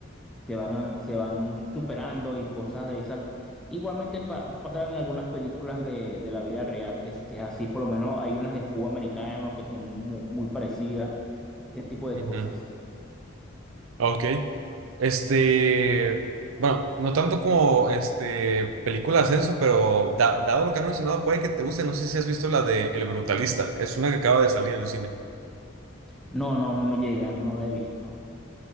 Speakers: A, in the centre; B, on the right.
A: se van, a- se van superando y cosas de esas. Igualmente pa- pasaron en algunas películas de, de la vida real, que es, que es así, por lo menos hay unas de fútbol americano que son mu- muy, parecidas, ese tipo de
B: ujú.
A: cosas.
B: Ah, Ok. Este, bueno, no tanto como este películas eso, pero da- dado lo que has mencionado, puede que te guste. No sé si has visto la de El Brutalista. Es una que acaba de salir en el cine.
A: No, no, no me llegan, no la he visto.